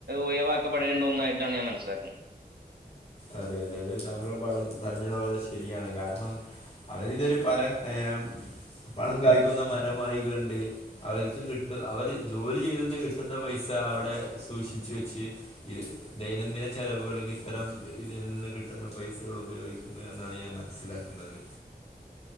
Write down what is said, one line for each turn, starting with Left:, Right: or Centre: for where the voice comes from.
Right: ഉഴിവാക്കപ്പെടേണ്ട ഒന്നായിട്ടാണ് ഞാൻ മനസ്സിലാക്കുന്നത്.
Left: അതെ അതെ അത് താങ്കൾ പള പറഞ്ഞത് വളരെ ശരിയാണ് കാരണം അവരിതൊരു പരം ഏഹ് പണം കായ്ക്കുന്ന മരമായി കണ്ട്. അവർക്ക് കിട്ടും. അവര് ജോലി ചെയ്തെന്നെ കിട്ടുന്ന പൈസ അവിടെ സൂക്ഷിച്ച വെച്ച്. ഇത് ദൈനംദിന ചെലവുകൾക്ക് ഇത്തരം ഇതിൽ നിന്ന് കിട്ടുന്ന പൈസകൾ ഉപയോഗിക്കുന്നു എന്നാണ് ഞാൻ മനസ്സിലാക്കുന്നത്.